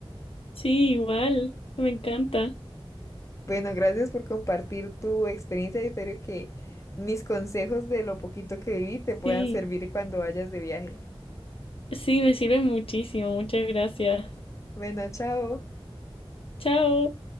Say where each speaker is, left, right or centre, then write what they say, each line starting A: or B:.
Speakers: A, on the left; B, on the left.
A: sí, igual, me encanta.
B: Bueno, gracias por compartir tu experiencia y espero que mis consejos de lo poquito que viví te puedan
A: Sí,
B: servir cuando vayas de viaje.
A: sí, me sirve muchísimo, muchas gracias.
B: Bueno, chao.
A: Chao.